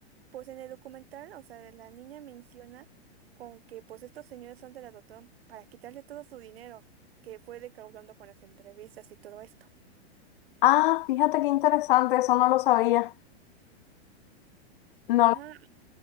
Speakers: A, on the right (about 65°); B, on the left (about 55°).
A: Pues en el documental, o sea, la niña menciona con que pues estos señores son de la adoptaron para quitarle todo su dinero que fue recaudando con las entrevistas y todo esto.
B: Ah, fíjate qué interesante, eso no lo sabía. No
A: Ajá,
B: lo